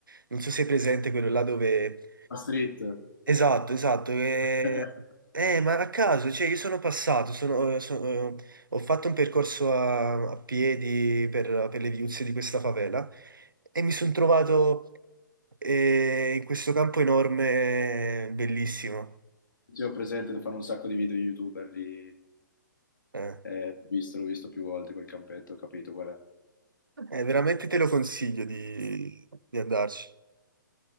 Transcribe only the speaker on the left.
La street.
<laughs>
Sì, ho presente, lo fanno un sacco di video youtuber lì,
eh, l'ho visto, l'ho visto più volte quel campetto, ho capito qual è.